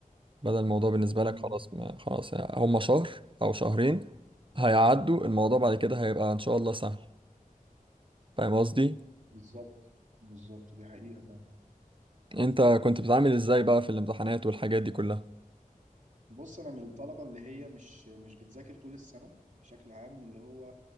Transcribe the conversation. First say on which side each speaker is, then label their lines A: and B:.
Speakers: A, on the right; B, on the right.
A: بدل الموضوع بالنسبة
B: امم
A: لك خلاص ما خلاص يعني هما شهر أو شهرين هيعدوا الموضوع بعد كده هيبقى إن شاء الله سهل فاهم قصدي؟
B: بالظبط بالظبط دي حقيقة فعلا
A: أنت كنت بتتعامل إزاي بقى في الامتحانات والحاجات دي كلها؟
B: بص انا من الطلبه اللي هي مش مش بتذاكر طول السنه بشكل عام اللي هو